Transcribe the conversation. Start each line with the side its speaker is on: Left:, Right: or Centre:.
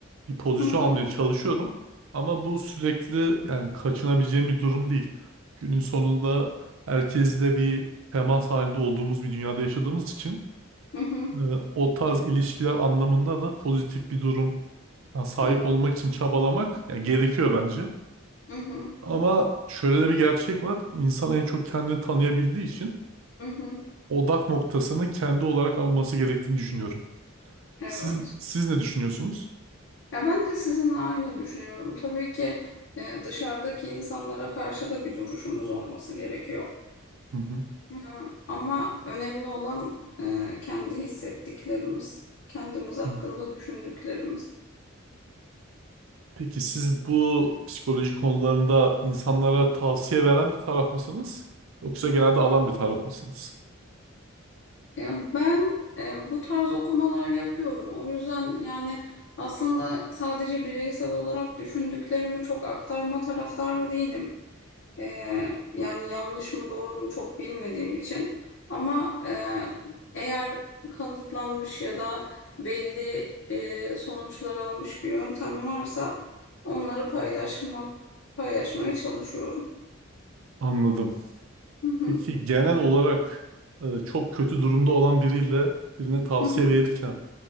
Right: bir pozisyon
Left: Hı hı,
Right: almaya çalışıyorum. Ama bu sürekli yani kaçınabileceğim bir durum değil. Günün sonunda herkesle bir temas halinde olduğumuz bir dünyada yaşadığımız için
Left: hı hı,
Right: e, o tarz ilişkiler anlamında da pozitif bir durum ya sahip
Left: hı hı,
Right: olmak için çabalamak ya gerekiyor bence.
Left: hı hı,
Right: Ama şöyle de bir gerçek var. İnsan en çok kendini tanıyabildiği için
Left: hı hı.
Right: odak noktasını kendi olarak alması gerektiğini düşünüyorum.
Left: Evet.
Right: Siz, siz ne düşünüyorsunuz?
Left: Ya ben de sizinle aynı düşünüyorum. Tabii ki e, dışarıdaki insanlara karşı da bir duruşumuz olması gerekiyor.
Right: Hı hı.
Left: E, ama önemli olan e, kendi hissettiklerimiz, kendimiz hakkında
Right: Hı.
Left: düşündüklerimiz.
Right: Peki siz bu psikoloji konularında insanlara
Left: Hı.
Right: tavsiye veren bir taraf mısınız? Yoksa genelde alan bir taraf mısınız?
Left: Ya ben e, bu tarz okumalar yapıyorum. O yüzden yani aslında sadece bireysel olarak düşündüklerimi çok aktarma taraftarı değilim. Ee, yani yanlış mı doğru mu çok bilmediğim için ama e, eğer kanıtlanmış ya da belli e, sonuçlar almış bir yöntem varsa onları paylaşmak paylaşmaya çalışıyorum.
Right: Anladım.
Left: Hı hı,
Right: Peki genel olarak e, çok kötü durumda olan biriyle birine tavsiye
Left: hı hı,
Right: verirken